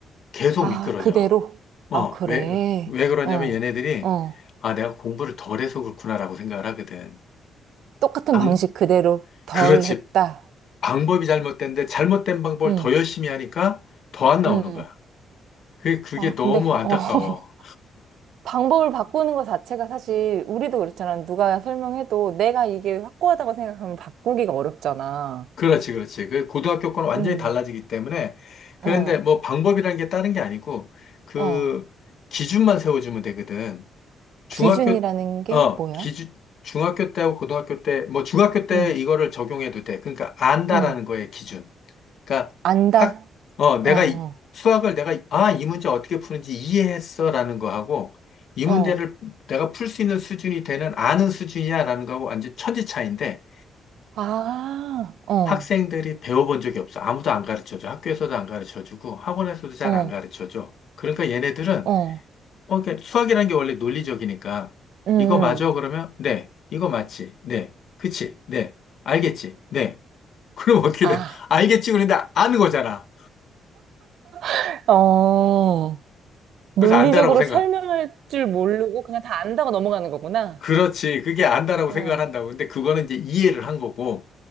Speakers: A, on the left (about 60°); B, on the right (about 80°).
A: 계속
B: 아,
A: 미끄러져.
B: 그대로?
A: 어,
B: 아, 그래.
A: 왜, 왜 그러냐면
B: 어,
A: 얘네들이,
B: 어.
A: 아, 내가 공부를 덜해서 그렇구나라고 생각을 하거든.
B: 똑같은
A: 방,
B: 방식 그대로 덜
A: 그렇지.
B: 했다.
A: 방법이 잘못된데, 잘못된 방법을
B: 응,
A: 더 열심히 하니까 더 안 나오는
B: 응.
A: 거야. 그, 그게
B: 아,
A: 너무
B: 근데,
A: 안타까워.
B: 어. <laughs> 방법을 바꾸는 것 자체가 사실 우리도 그렇잖아. 누가 설명해도 내가 이게 확고하다고 생각하면 바꾸기가 어렵잖아.
A: 그렇지, 그렇지. 그 고등학교 거는 완전히
B: 응,
A: 달라지기 때문에 그런데
B: 어,
A: 뭐 방법이라는 게 다른 게 아니고 그
B: 어.
A: 기준만 세워주면 되거든. 중학교
B: 기준이라는 게
A: 어
B: 뭐야?
A: 기준 중학교 때하고 고등학교 때 뭐 중학교 때
B: 응,
A: 이거를 적용해도 돼. 그러니까 안다라는
B: 응.
A: 거에 기준. 그러니까
B: 안다?
A: 학 어 내가
B: 어, 어,
A: 이- 수학을 내가 아 이 문제 어떻게 푸는지 이해했어라는 거하고 이
B: 어.
A: 문제를 내가 풀 수 있는 수준이 되는 아는 수준이야라는 거하고 완전 천지 차이인데.
B: 아, 어,
A: 학생들이 배워본 적이 없어. 아무도 안 가르쳐줘. 학교에서도 안 가르쳐주고 학원에서도 잘
B: 어,
A: 안 가르쳐줘. 그러니까 얘네들은
B: 어.
A: 어, 그게 수학이라는 게 원래 논리적이니까
B: 응, 응.
A: 이거 맞아? 그러면 네. 이거 맞지? 네. 그치? 네. 알겠지? 네. <laughs> 그럼 어떻게
B: 아.
A: 돼? 알겠지? 그런데 아는 거잖아.
B: <laughs> 어, 논리적으로
A: 그래서 안다라고 생각.
B: 설명할 줄 모르고 그냥 다 안다고 넘어가는 거구나.
A: 그렇지. 그게 안다라고
B: 어.
A: 생각을 한다고. 근데 그거는 이제 이해를
B: 어.
A: 한 거고